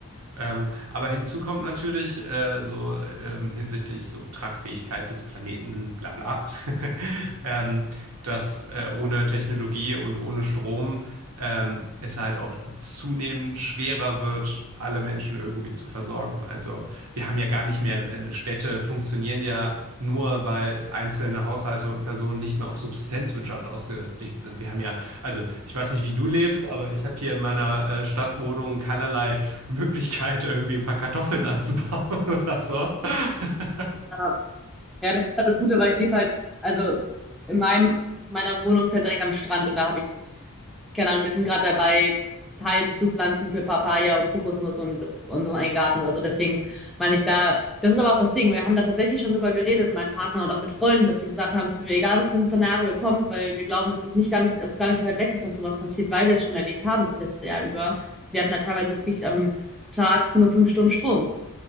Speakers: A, on the right (about 85°); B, in the centre.
A: Ähm, aber hinzu kommt natürlich äh, so ähm, hinsichtlich so Tragfähigkeit des Planeten, bla bla, <laughs> ähm, dass äh, ohne Technologie und ohne Strom ähm, es halt auch zunehmend schwerer wird, alle Menschen irgendwie zu versorgen. Also wir haben ja gar nicht mehr, äh, Städte funktionieren ja nur, weil einzelne Haushalte und Personen nicht mehr auf Subsistenzwirtschaft ausgelegt sind. Wir haben ja also, ich weiß nicht, wie du lebst, aber ich habe hier in meiner äh, Stadtwohnung keinerlei <laughs> Möglichkeit, irgendwie ein paar Kartoffeln anzubauen <laughs> oder so. <laughs>
B: Ja, Ja, das ist halt das Gute, weil ich lebe halt, also in meinem, meiner Wohnung ist halt direkt am Strand und da habe ich keine Ahnung, wir sind gerade dabei, Palmen zu pflanzen für Papaya und Kokosnuss und unseren einen Garten. Also deswegen meine ich da, das ist aber auch das Ding. Wir haben da tatsächlich schon drüber geredet mit meinem Partner und auch mit Freunden, dass wir gesagt haben, für egal was für ein Szenario kommt, weil wir glauben, dass es nicht gar nicht, also gar nicht so weit weg ist, dass sowas passiert, weil wir es schon erlebt haben das letzte Jahr über. Wir hatten da teilweise wirklich am Tag nur fünf Stunden Strom.